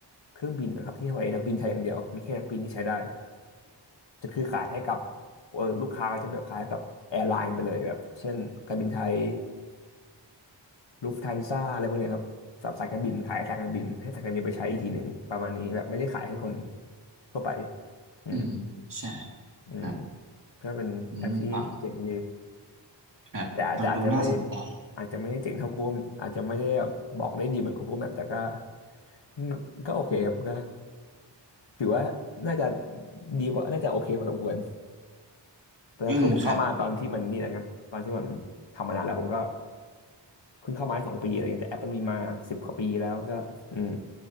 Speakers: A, on the left (about 80°); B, on the right (about 45°).
A: เครื่องบินนะครับที่ไว้นักบินใช้อย่างเดียวมีแค่นักบินที่ใช้ได้จะคือขายให้กับเออลูกค้าก็จะแบบขายให้กับแอร์ไลน์ไปเลยแบบเช่นการบินไทยลูฟทันซ่าอะไรพวกเนี้ยครับสำหรับสายการบินขายให้สายการบินให้สายการบินไปใช้อีกทีหนึ่งประมาณนี้แบบไม่ได้ขายให้คนทั่วไปอืม
B: อืมใช่
A: อืม
B: ครับ
A: ก็เป็นแอปที่เจ๋งดี
B: อืมฟังครับฟังดูน่าสนใจ
A: แต่อาจจะอาจจะไม่อาจจะไม่ได้เจ๋งเท่า Google อาจจะไม่ได้แบบบอกได้ดีเหมือน Google Map แต่ก็อืมก็โอเคครับก็ ถือว่าน่าจะดีกว่าน่าจะโอเคพอสมควรแต่คือผมเข้ามาตอนที่มันนี่แหละไงตอนที่มันทำมานานแล้วผมก็
B: อืมครับ
A: เพิ่งเข้ามาได้สองปีอะไรเงี้ยแต่แอปมันมีมาสิบกว่าปีแล้วก็อืม